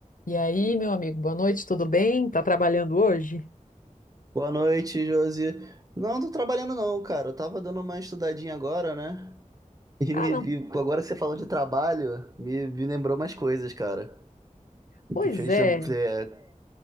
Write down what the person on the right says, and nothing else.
Boa noite, Josi. Não, tô trabalhando não, cara. Eu tava dando uma estudadinha agora, né? E
me,
e agora que você falou de trabalho, me, me lembrou umas coisas, cara. Me
fez,
lem- é,